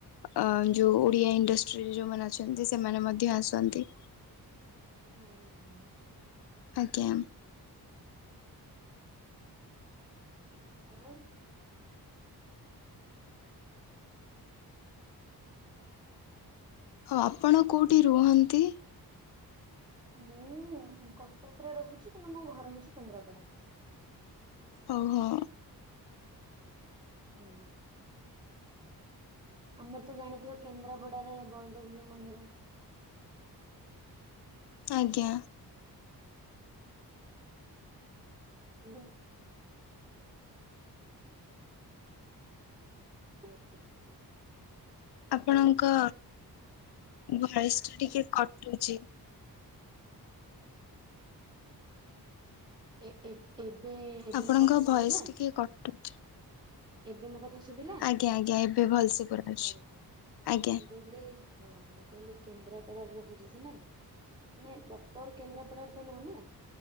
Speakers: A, on the left; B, on the right.
A: ଅ ଯୋଉ ଓଡିଆ ଇଣ୍ଡଷ୍ଟ୍ରିରେ ଯୋଉମାନେ ଅଛନ୍ତି ସେମାନେ ମଧ୍ୟ ଆସନ୍ତି।
B: ହ-ହ-ହ।
A: ଆଜ୍ଞା।
B: ଆଉ
A: ଆପଣ କୋଉଠି ରୁହନ୍ତି?
B: ମୁଁ-ଉ-ଉ କଟକରେ ରହୁଚି କିନ୍ତୁ ମୋ ଘର ହଉଚି କେନ୍ଦ୍ରାପଡା।
A: ଓହୋ।
B: ହୁଁ। ଆମର ତ ଜାଣିଥିବ କେନ୍ଦ୍ରାପଡାରେ ବଳଦେବ ଜୀଉ ମନ୍ଦିର।
A: ଆଜ୍ଞା।
B: କିନ୍ତୁ <unintelligible>
A: ଆପଣଙ୍କ ଭଏସ ଟା ଟିକେ କଟୁଚି।
B: ଏ- ଏ-ଏବେ ଏବେ
A: ଆପଣଙ୍କ
B: ମୋ କଥା ଶୁବିଲା
A: ଭଏସ ଟିକେ କଟୁଛି।
B: ଏବେ ମୋ କ ଥା ଶୁବିଲା
A: ଆଜ୍ଞା ଆଜ୍ଞା ଏବେ ଭଲସେ ପୁରା ଅଛି
B: ହଁ
A: ଆଜ୍ଞା
B: ମୁଁ କହିଲି ହଁ ମୁଁ କହିଲି କେନ୍ଦ୍ରାପଡା ରେ ରହୁଚି ସିନା ମାନେ ପ୍ରପର କେନ୍ଦ୍ରାପଡାରେ ତ ନୁହଁ ନା।